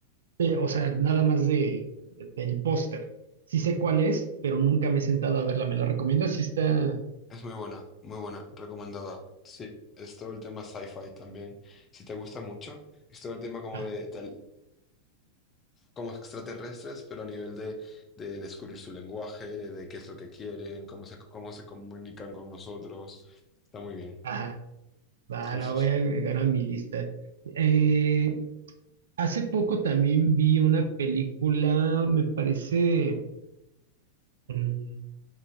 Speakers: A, on the right; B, on the left.
A: pero, o sea, nada más de, del póster. Sí sé cuál es, pero nunca me he sentado a verla. ¿Me la recomiendas? Si está...
B: Es muy buena, muy buena, recomendada. Sí, es todo el tema sci-fi también. Si te gusta mucho, es todo el tema como
A: ah,
B: de, de, como extraterrestres, pero a nivel de, de descubrir su lenguaje, de qué es lo que quieren, cómo se, cómo se comunican con nosotros. Está muy bien.
A: Ajá, va,
B: Sí,
A: la
B: sí,
A: voy
B: sí.
A: a agregar a mi lista. Eh, Hace poco también vi una película, me parece, mm,